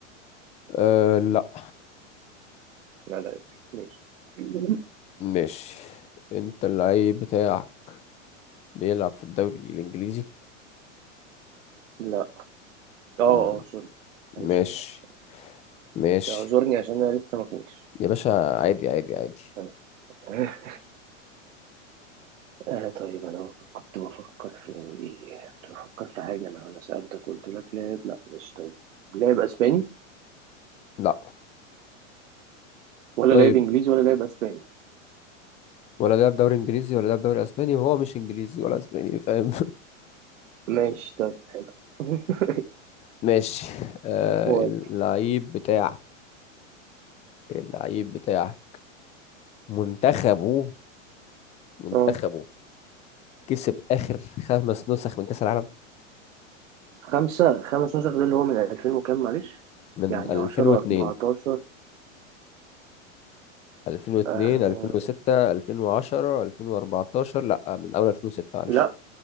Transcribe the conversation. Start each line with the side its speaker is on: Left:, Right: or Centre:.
Left: أه لا
Right: لا لا ماشي <clears throat>
Left: ماشي انت اللعيب بتاعك بيلعب في الدوري الانجليزي
Right: لا اه
Left: مم.
Right: اه سوري معلش
Left: ماشي
Right: معلش
Left: ماشي
Right: بس اعذرني عشان انا لسه ما فوتش
Left: يا باشا عادي عادي عادي
Right: طيب. <laughs> آه طيب أنا كنت بفكر في إيه؟ كنت بفكر في حاجة أنا أنا سألتك قلت لك لاعب لأ ماشي طيب لاعب أسباني
Left: لا
Right: ولا
Left: طيب
Right: لاعب إنجليزي ولا لاعب أسباني
Left: ولا لعب دوري انجليزي ولا لعب دوري اسباني وهو مش انجليزي ولا اسباني فاهم
Right: ماشي طيب حلو <laughs>
Left: <laughs> ماشي أه
Right: ودي
Left: اللعيب بتاعك اللعيب بتاع منتخبه منتخبه
Right: أه
Left: كسب آخر خمس نسخ من كأس العالم
Right: خمسة خمس نسخ ده اللي هو من 2000 وكام معلش
Left: من
Right: يعني
Left: 2002
Right: 10 14
Left: 2002
Right: آه
Left: 2006 2010 2014 لا من أول 2006 معلش
Right: لأ